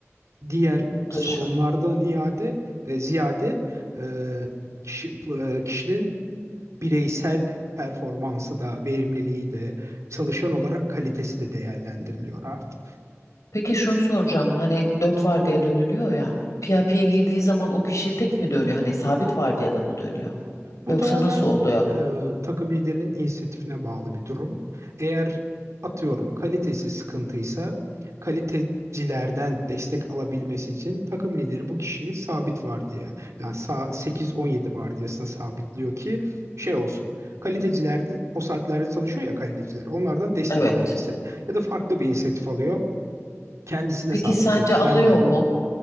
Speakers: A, on the right; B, on the left.
A: diğer
B: muhteşem.
A: sorunlardan iade e, ziyade e, kişi, e, kişinin bireysel performansı da verimliliği de çalışan olarak kalitesi de değerlendiriliyor artık.
B: Peki şunu soracağım. Hani dört vardiya dönülüyor ya. PIP'ye girdiği zaman o kişi tek mi dönüyor? Hani sabit vardiyada mı dönüyor?
A: Bu
B: Yoksa
A: tamamen
B: nasıl oluyor?
A: e, takım liderinin inisiyatifine bağlı bir durum. Eğer atıyorum kalitesi sıkıntıysa kalitecilerden destek alabilmesi için takım lideri bu kişiyi sabit vardiya yani sa- 8-17 vardiyasına sabitliyor ki şey olsun. Kaliteciler de o saatlerde çalışıyor ya kaliteciler onlardan destek
B: Evet.
A: alabilsin. Ya da farklı bir inisiyatif alıyor kendisine
B: Peki
A: sabitliyor.
B: sence
A: Sen
B: alıyor
A: ben
B: mu?